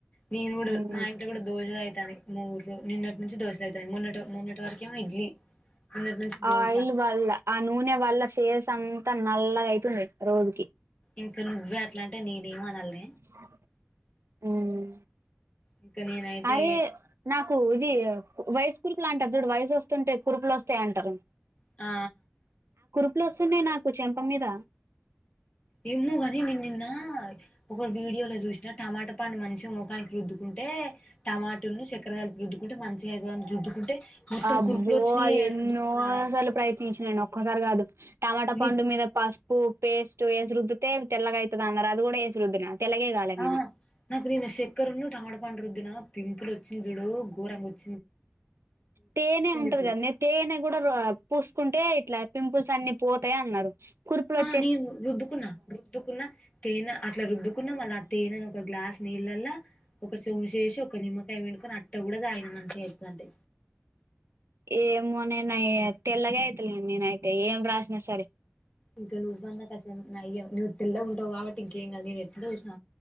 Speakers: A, on the left (about 30°); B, on the right (about 85°).
A: నేను కూడా
B: మ్మ్.
A: మా ఇంట్లో కూడా దోశలు అయితాది మూడు రో నిన్నటి నుంచి దోశలు అవుతాని మొన్న మొన్నటి వరకేమ ఇడ్లీ నిన్నటి నుంచి దోశ
B: ఆయిల్ వల్ల ఆ నూనె వల్ల ఫేస్ అంతా అంత నల్లగా అయితుంది రోజుకి
A: ఇంకా నువ్వే అట్లా అంటే నేనేం అనాన్లే
B: అ <unintelligible> ఉమ్
A: ఇంకా నేనైతే
B: అరే నాకు ఇది వయసు కురుపులు అంటారు చూడు వయసు వస్తుంటే కురుపులు వస్తాయి అంటారు
A: ఆ
B: ఇట్లు వస్తున్నాయి నాకు చెంప మీద
A: ఏమో కాని నేన్ నిన్న ఒక వీడియోలో చూసినా టమాటా చెప్పండి మంచిగా ముఖానికి రుద్దుకుంటే టమాటలను చక్కెరగాయలులకు రుద్దుకుంటే మంచిగైతుంది రుద్దుకుంటే మొత్తం
B: అబ్బో
A: కురుపులు వచ్చినాయే
B: అది
A: ఏడ
B: ఎన్నో
A: రుద్దుకున్నాడా
B: సార్లు ప్రయత్నించిన నేను ఒక్కసారి కాదు టమాటా
A: నీ
B: పండు మీద పస్ పూ పేస్ట్ ఏసి రుద్దితే తెలగ అయితది అన్నారు అది కూడా ఏసి రుద్దిన తెల్లగే కాలే
A: ఆ
B: నేను
A: నాకు నేను శక్కరున్న టమడ పండు రుద్దున పింపులు వచ్చి చుడు గోరంగాచ్చ
B: తేనే ఉంటది
A: ఇప్పుడు
B: కదనే తేనే కూడా ఆ పూసుకున్ టే ఇట్లా పింపుల్స్ అన్ని పోతాయ అన్నారు. కుర్పులోచ్
A: నేన్ రుద్దుకున్నా రుద్దుకున్నా తేనె అట్లా రుద్దుకున్నా మళ్ళ ఆ తేనెను ఒక గ్లాస్ నీళ్ళల ఒక సుసేసి చేసి ఒక నిమ్మకాయ పిండుకొని అట్ట కూడా తాగన మంచిగా అవుతదంటే.
B: ఏమోనే నేనయితే తెల్లగ అవుతులే నేనైతే ఏం రాసిన సరే.
A: ఇంకా నువ్వన్నా కసన్ నయ్యం నువ్వు తెల్ల ఉంటవు కాబట్టి ఇంకేం కాదు, నేను ఎట్ చూసిన